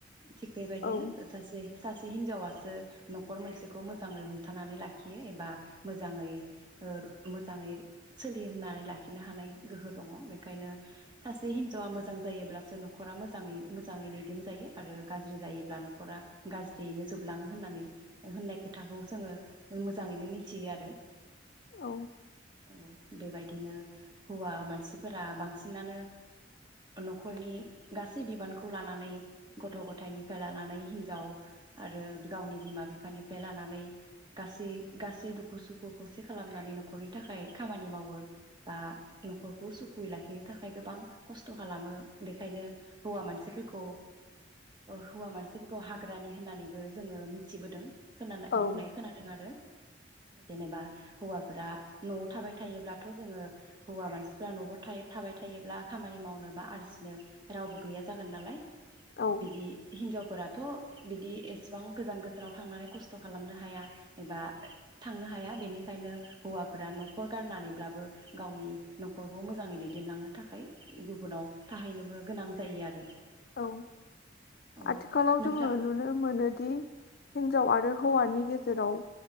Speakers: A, on the right; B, on the left.
A: थिग बेबायदिनो
B: औ
A: सासे सासे हिनजावासो न'खर मोनसेखौ मोजाङै हमथानानै लाखियो एबा मोजाङै मोजाङै सोलि होननानै लाखिनो हानाय गोहो दङ बेखायनो सासे हिन्जावा मोजां जायोब्लासो न'खरा मोजाङै मोजाङै दैदेनजायो आरो गाज्रि जायोब्ला न'खरा गाज्रियैनो जोबलाङो होननानै होननाय खोथाखौ जोङो मोजाङैनो मि थियो आरो।
B: औ
A: औ। बेबायदिनो हौवा मानसिफोरा बांसिनानो नख'रनि गासै बिबानखौ लानानै गथ' गथायनिफ्राय लानानै हिनजाव आरो गावनि बिमा बिफानिफ्राय लानानै गासै गा सै दुखु सुखु खौसे खालामनानै नख'रनि थाखाय खामानि मावो बा न'खरखौ सुखुयै लाखिनो थाखाय गोबां खस्थ खालामो बेखायनो हौवा मानसिफोरखौ हौवा मानसिफोरखौ हाग्रानि होननानैबो जोङो मिथिबोदों खोनानाय
B: औ
A: बुंनाय खोनादों आरो। जेनेबा हौवाफ्रा न'आव थाबाय थायोब्लाथ जोङो हौवा मानसिफ्रा न' थाबाय थायोब्ला खामानि मावनो बा आरजिनो रावबो गैया जागोन नालाय
B: औ
A: बिदि हिनजाव फोराथ' बिदि एसेबां गोजान गोजानाव थांनानै खस्थ' खालामनो हाया एबा थांनो हाया बेनिखायनो हौवाफोरा नखर गारनानैब्लाबो गावनि नखरखौ मोजाङै दैदेनलांनो थाखाय गुबुनाव थाहैनोबो गोनां जायो आरो।
B: औ
A: औ
B: आथिखालाव
A: नोंथां
B: जोङो नुनो मोनोदि हिनजाव आरो हौवानि गेजेराव